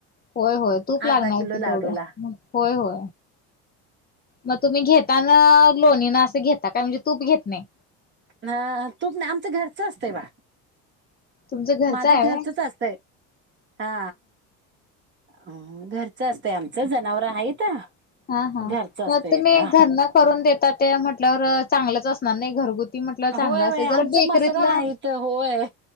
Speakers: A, on the left; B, on the right.
A: होय होय तूप लागणार
B: अर्धा किलो
A: आहे कि तेवढं
B: लाडूला
A: होय हो. मग तुम्ही घेताना लोणीनं असं काय म्हणजे तूप घेत नाही
B: ह तूप आमच घरचं असते बाळ
A: तुमचं घरचं
B: माझं
A: आहे
B: घरचच
A: व्हय
B: असतय हा अ घरचं असतंय आमचं जनावरं आहेत
A: हा हा
B: घरचं असतंय
A: मग तुम्ही
B: का
A: घरनं करून देता ते म्हटल्यावर चांगलंच असणार ना घरगु म्हटलं चांगलं
B: होय वय
A: असेल
B: आमचं
A: जर बेकरीतला
B: मसर आहेत होय